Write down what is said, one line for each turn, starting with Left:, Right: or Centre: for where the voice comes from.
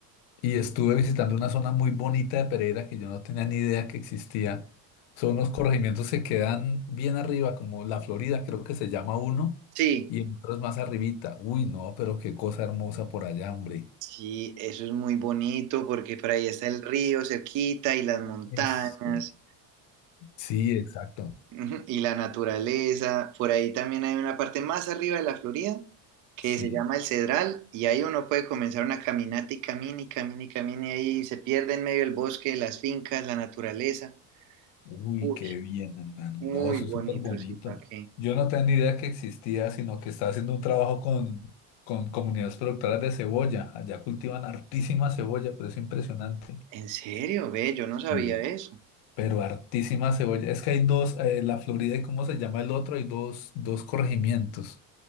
Left: y estuve visitando una zona muy bonita de Pereira que yo no tenía ni idea que existía. Son unos corregimientos que quedan bien arriba, como La Florida, creo que se llama uno,
Right: Sí.
Left: y otros más arribita. Uy, no, pero qué cosa hermosa por allá, hombre.
Right: Sí, eso es muy bonito porque por ahí está el río cerquita y las montañas.
Left: Es- Sí, exacto.
Right: Ujú, Y la naturaleza, por ahí también hay una parte más arriba de la Florida que
Left: Sí.
Right: se llama el Cedral y ahí uno puede comenzar una caminata y camina y camina y camina y ahí se pierde en medio del bosque, las fincas, la naturaleza.
Left: Uy,
Right: Uy,
Left: qué bien, hermano.
Right: muy
Left: No, eso
Right: bonito,
Left: es súper bonito.
Right: sí, ¿para qué?
Left: Yo no tenía ni idea que existía, sino que estaba haciendo un trabajo con, con comunidades productoras de cebolla. Allá cultivan hartísima cebolla, pero es impresionante.
Right: ¿En serio? Ve, yo no
Left: Sí.
Right: sabía eso.
Left: Pero hartísima cebolla. Es que hay dos, eh, la Florida y cómo se llama el otro, hay dos, dos corregimientos